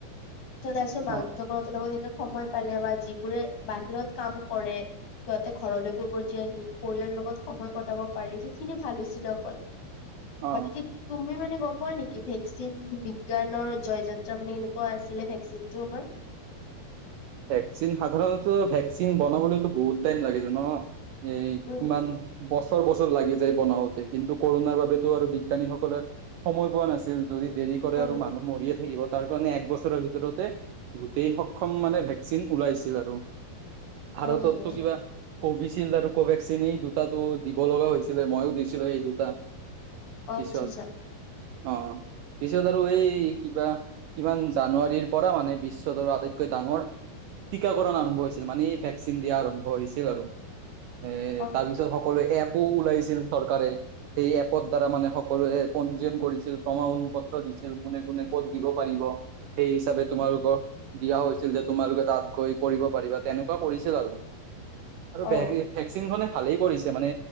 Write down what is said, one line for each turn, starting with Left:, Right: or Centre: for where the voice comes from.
Left: তাৰপিছত
Right: অ',
Left: মাক
Right: অ'।
Left: দেউতাক হতৰ লগত এনেকে সময় পালে বা যিবোৰে বাহিৰত কাম কৰে সিহঁতে ঘৰলৈকে উভতি আহিল পৰিয়ালৰ লগত সময় কটাব পাৰিল সেইখিনি ভাল হৈছিল অকল <unintelligible>
Right: অ
Left: তুমি মানে গম পোৱা নেকি ভেকচিন বিজ্ঞানৰ জয় যাত্ৰা মানে কেনেকুৱা আছিলে ভেকচিন টো আমাৰ
Right: ভেকচিন সাধাৰণতে ভেকচিন বনাবলৈতো বহুত টাইম লাগি যায় ন এই
Left: উম
Right: কিমান - বছৰ বছৰ লাগি যায় বনাওঁতে কিন্তু কৰণাৰ বাবেতো আৰু বিজ্ঞানীসকলে সময় পোৱা নাছিল যদি দেৰি কৰে
Left: উম
Right: আৰু মানুহ মৰিয়ে থাকিব তাৰ কাৰণে এক বছৰৰ ভিতৰতে গোটেই শক ক্ষম মানে ভেকচিন ওলাইছিল আৰু ভাৰতত
Left: উম
Right: তো কিবা- কোভিচিল্ড আৰু কোভেক্সিন এই দুটাটো দিব লগা হৈছিলে ময়ো দিছিলো এই দুটা
Left: অ
Right: পিছত
Left: আচ্ছা আচ্ছা
Right: অ পিছত আৰু এই কিবা কিমান জানুৱাৰীৰ পৰা মানে বিশ্বত আৰু আটাইত কৈ ডাঙৰ টীকাকৰণ আৰম্ভ হৈছিল মানে এই ভেকচিন দিয়া আৰম্ভ হৈছিল আৰু এ
Left: অ
Right: তাৰপিছত সকলো এপো ওলাইছিল চৰকাৰে। এই এপৰ দ্বাৰা মানে সকলোৱে পঞ্জীয়ন কৰিছিল, প্ৰমাণ পত্ৰ দিছিল কোনে কোনে ক'ত দিব পাৰিব। সেই হিচাপে তোমালোকক
Left: উম
Right: দিয়া হৈছিল যে তোমালোকে তাত গৈ কৰিব পাৰিবা তেনেকুৱা কৰিছিল আৰু। <unintelligible>
Left: অ
Right: ভেকচিনখনে ভালেই কৰিছে মানে